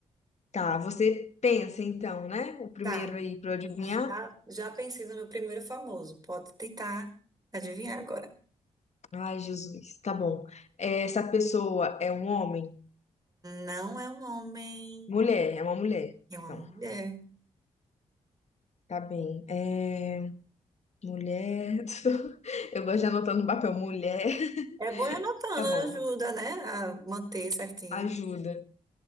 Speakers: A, on the left (about 50°); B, on the right (about 25°).
A: Tá, você pensa então, né? O primeiro
B: Tá,
A: aí pra eu adivinhar.
B: já, já pensei no meu primeiro famoso. Pode tentar adivinhar agora.
A: Ai, Jesus, tá bom. É, Essa pessoa é um homem?
B: Não é um homem,
A: Mulher, é uma mulher.
B: é uma
A: Não,
B: mulher.
A: tá bem. É, mulher. <laughs> Eu gosto de anotar no papel mulher. <laughs>
B: É bom ir anotando,
A: Tá bom,
B: ajuda, né? A manter certinho.
A: ajuda.